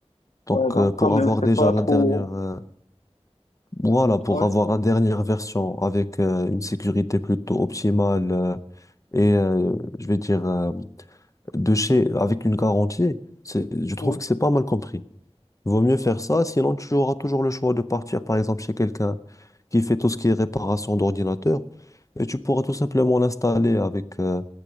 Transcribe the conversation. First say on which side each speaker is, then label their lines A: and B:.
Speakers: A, on the left; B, on the left.
A: Donc,
B: ouais, donc
A: euh, pour
B: quand même
A: avoir
B: c'est
A: déjà
B: pas
A: la
B: trop,
A: dernière, euh, voilà, pour
B: ouais,
A: avoir la dernière version avec euh, une sécurité plutôt optimale, euh, et euh, je vais dire euh, de chez avec une garantie, c'est, je trouve
B: ouais,
A: que c'est pas mal compris. Vaut mieux faire ça, sinon tu auras toujours le choix de partir par exemple chez quelqu'un qui fait tout ce qui est réparation d'ordinateur et tu pourras tout simplement l'installer avec euh,